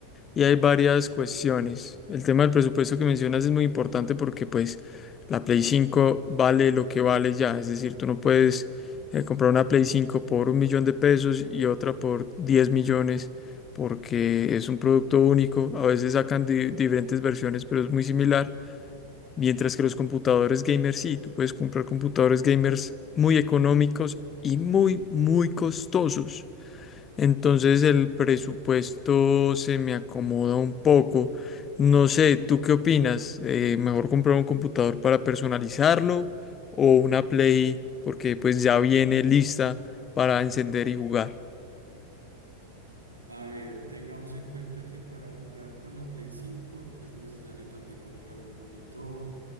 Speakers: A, on the left; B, on the right.
A: Y hay varias cuestiones. El tema del presupuesto que mencionas es muy importante porque pues la Play 5 vale lo que vale ya. Es decir, tú no puedes eh, comprar una Play 5 por un millón de pesos y otra por 10 millones porque es un producto único. A veces sacan di- diferentes versiones, pero es muy similar. Mientras que los computadores gamers sí, tú puedes comprar computadores gamers muy económicos y muy, muy costosos. Entonces el presupuesto se me acomoda un poco. No sé, ¿tú qué opinas? Eh, ¿mejor comprar un computador para personalizarlo o una Play porque pues ya viene lista para encender y jugar?
B: A ver, tengamos en cuenta que para jugar con la Play 5 es necesario también comprar un monitor